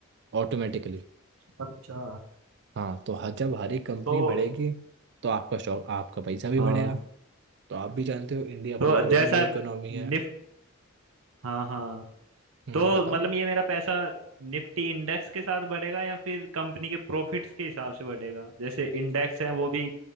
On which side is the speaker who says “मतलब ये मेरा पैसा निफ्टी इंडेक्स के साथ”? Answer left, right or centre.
Right